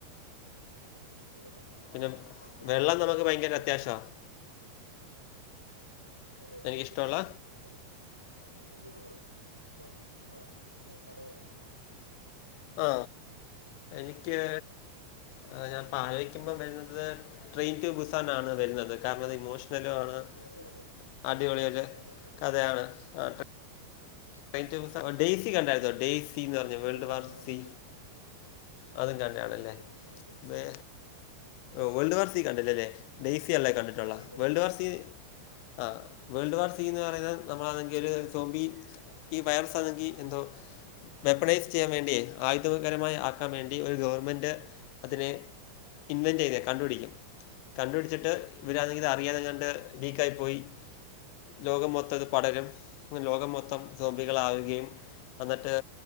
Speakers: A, on the right; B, on the left.
A: ആ, നല്ല പയ്യൻ
B: പിന്നെ
A: ഇപ്പൊ ബ്രോയിഡ്
B: വെള്ളം
A: ഞാൻ
B: നമുക്ക്
A: <unintelligible>
B: ഭയങ്കര
A: സ്ലൊ
B: അത്യാവശ്യമാണ്
A: ഒരു അതെ
B: എനിക്കിഷ്ടമുള്ള
A: അതെ അതെ- പ്പ് ഒരു സോംബി സിനിമ അന്ന് കട വരാൻ പറ്റോ?
B: ആ എനിക്ക് ത് പാനിക്കുമ്പോവരുന്നത് സ്ട്രേക്ക്മുസാന്റാണ് വര്ന്നത് കരണോ ഇമോഷ് മാണ്
A: ആ,
B: <unintelligible>
A: അതെ അതെ അതെ
B: അടിപൊളിയുരു
A: അതെ അത് ഞാൻ കണ്ടിട്ടുണ്ട്
B: കഥയാണ് ആ
A: <unintelligible>
B: <unintelligible> ഡേയ്സി കണ്ടായിരുന്നോ? ഡേസി എന്ന് പറഞ്ഞ വേൾഡ്
A: അതെ
B: വാർ
A: ഞാൻ കണ്ടിട്ടുണ്ട്
B: സി അതും കണ്ടാണല്ലേ
A: ഇല്ല ഇല്ല ഞാൻ കണ്ടിട്ടില്ല
B: വേ ഓ വേൾഡ് വാർസി കണ്ടില്ല ല്ലേ ഡേസി അല്ലേ കണ്ടിട്ടുള്ളേ
A: ഇല്ല ഇല്ല
B: വേൾഡ്
A: കണ്ടില്ല
B: വാർസി
A: ആ,
B: ആഹ് വേൾഡ് വാർസി എന്ന് പറയുന്ന നമ്മളാണെങ്കിൽ ര് സോംമ്പി ഈ വൈറസ്സാണെങ്കിൽ എന്തോ വെപ്പണൈസ് ചെയ്യാൻ വേണ്ടി ആയുധകരമായി ആക്കാൻ വേണ്ടി ഒരു ഗവൺമെൻറ് അതിനെ ഇൻവെൻറ് ചെയ്യത് കണ്ടുപിടിക്കും കണ്ടുപിടിച്ചിട്ട് ഇവരാന്നേങ്കിത് അറിയാതെ കണ്ട് ലീക്കായി പോയി. ലോകം മൊത്തം ഇത് പടരും ലോകം മൊത്തം- തോമ്പികാളാവുകയും എന്നിട്ട്